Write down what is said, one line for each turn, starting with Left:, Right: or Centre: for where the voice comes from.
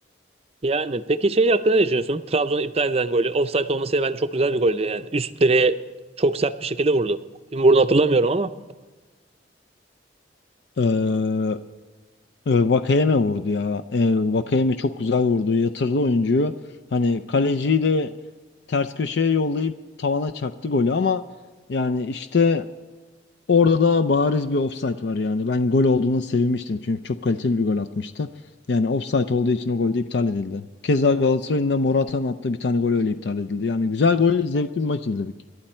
Right: Yani peki şey hakkında ne düşünüyorsun? Trabzon'un iptal eden golü. Offside olmasıyla bence çok güzel bir goldü yani. Üst direğe çok sert bir şekilde vurdu. Kim vurdu hatırlamıyorum ama
Left: Ee, E, Vakayeme vurdu ya. E, Vakayeme çok güzel vurdu. Yatırdı oyuncuyu. Hani kaleciyi de ters köşeye yollayıp tavana çaktı golü ama yani işte orada da bariz bir offside var yani. Ben gol olduğuna sevinmiştim çünkü çok kaliteli bir gol atmıştı. Yani offside olduğu için o gol de iptal edildi. Keza Galatasaray'ın da Morata'nın attığı bir tane gol öyle iptal edildi. Yani güzel gol, zevkli bir maç izledik.